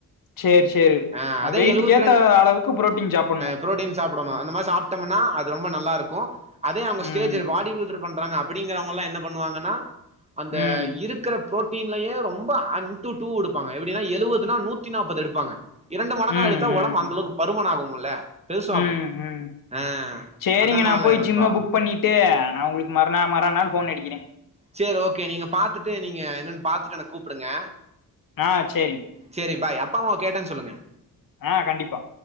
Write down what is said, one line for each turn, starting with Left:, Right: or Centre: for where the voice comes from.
Left: சேரி சேரி
Right: ஆ
Left: நா
Right: அதே
Left: வெயிட்டுக்கேத்த
Right: எழுபத்தி ரெண்டு
Left: அளவுக்கு புரோட்டீன் சாப்புட்ணு
Right: புரோட்டீன்ஸ் சாப்படணும் அந்த மாரி சாப்டோம்னா அது ரொம்ப நல்லாருக்கும் அதே அவுங்க ஸ்டேஜ்
Left: ம்
Right: பாடி பில்டர் பண்றாங்க அப் அப்டிங்கிறவங்கல்லாம் என்ன பண்ணுவாங்கன்னா அந்த
Left: ம்
Right: இருக் குற ப்ரோட்டீன்லயே ரொம்ப அன் டு டூ எடுப்பாங்க எப்டினா எழுவதுனா நூத்தி நாப்பது எடுப்பாங்க இரண்டு மடங்கா
Left: ம்
Right: அழுத்தா உடம்
Left: ம்
Right: அந்த அளவுக்கு பருமனா ஆகுங்கல்ல பெருசாகும்
Left: ம் ம்
Right: ஆ
Left: சேரிங்க
Right: அதனால
Left: நா போய்
Right: நண்பா
Left: ஜிம்ம புக் பண்ணிட்டு நான் உங்களுக்கு மறு மறா நாள் போன் அடிக்கிறேன்
Right: சேரி ஓகே நீங்க பாத்துட்டு நீங்க என்னன்னு பாத்துட்டு எனக்கு கூப்டுங்க
Left: ஆ சேரி
Right: சேரி பாய் அப்பா அம்மாவ கேட்டேனு சொல்லுங்க
Left: ஆ கண்டிப்பா